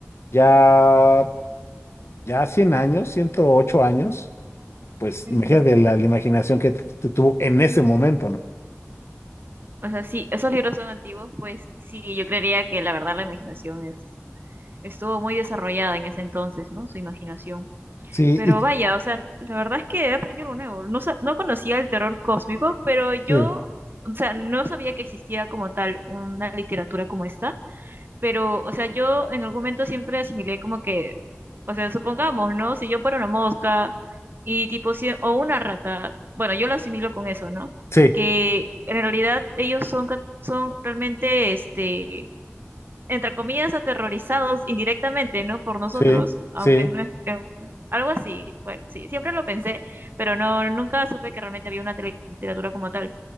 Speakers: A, on the left; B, on the right.
A: ya ya 100 años, 108 años, pues
B: Ujú.
A: imagínate la, la imaginación que t- t- tuvo en ese momento, ¿no?
B: O sea, sí, esos libros son antiguos, pues sí, yo creería que la verdad la imaginación es, estuvo muy desarrollada en ese entonces, ¿no? Su imaginación.
A: Sí,
B: Pero
A: y-
B: vaya, o sea, la verdad es que he aprendido algo nuevo. No, sa- no conocía el terror cósmico, pero yo,
A: sí,
B: o sea, no sabía que existía como tal una literatura como esta. Pero, o sea, yo en algún momento siempre asimilé como que, o sea, supongamos, ¿no? Si yo fuera una mosca y tipo, si- o una rata, bueno, yo lo asimilo con eso, ¿no?
A: sí,
B: Que en realidad ellos son, ca- son realmente, este, entre comillas, aterrorizados indirectamente, ¿no? Por nosotros,
A: sí,
B: aunque
A: sí,
B: no es, eh, algo así. Bueno, sí, siempre lo pensé, pero no, nunca supe que realmente había una tele- literatura como tal.